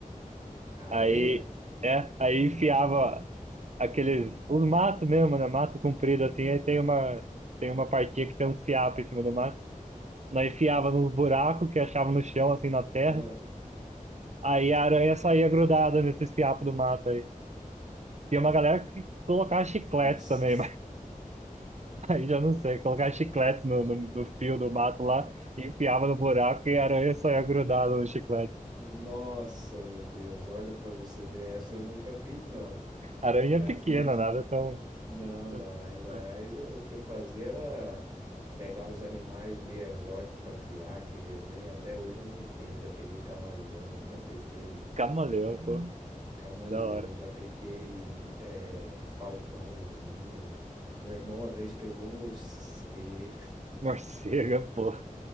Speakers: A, on the right (about 30°); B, on the right (about 55°).
A: aranha?
B: aí, é, aí enfiava aqueles, os matos mesmo, né, mato comprido assim, aí tem uma, tem uma partinha que tem uns fiapos em cima do mato, nós enfiava nos buracos que achava no chão, assim, na terra,
A: Ah,
B: aí a aranha saía grudada nesses fiapos do mato aí. Tinha uma galera que colocava chicletes
A: nossa
B: também,
A: senhora.
B: Aí já não sei, colocar chiclete no, no, no fio do mato lá, enfiava no buraco e a aranha só ia grudada no chiclete.
A: Nossa, meu Deus. Olha pra você ver. Essa eu nunca fiz, não.
B: Aranha
A: Já
B: é pequena,
A: fiz.
B: nada é tão.
A: Não,
B: tão-
A: não. Lá em Goiás,
B: é.
A: eh, o que eu fazia era pegar uns animais meio exóticos pra criar, que nem até hoje eu não entendo. Já peguei camaleão, já peguei
B: Camaleão, pô,
A: camaleão,
B: da hora.
A: já peguei eh, falcãozinho. Meu irmão uma vez pegou um morcego.
B: Morcega, pô,